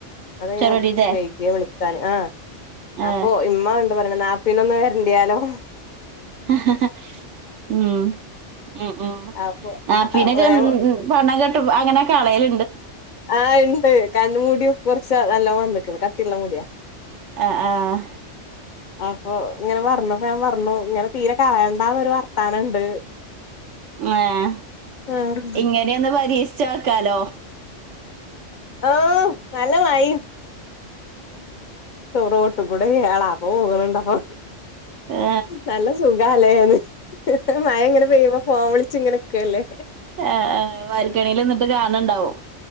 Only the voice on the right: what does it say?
ചെറുതീത്തെ
ആഹ്
<inaudible> ഉം ഉം ഉം
നാപിന്നെക്കേ
പണ്ടം കെട്ട അങ്ങനെക്കേ കളയൽ
ആഹ് ആഹ്
ഏഹ്
ഇങ്ങനെയൊന്ന് പരീക്ഷിച്ചോക്കാലോ
ആ,
ആ വാർക്കണിയിൽ നിന്നിട്ട് കാണണ്ടാവോ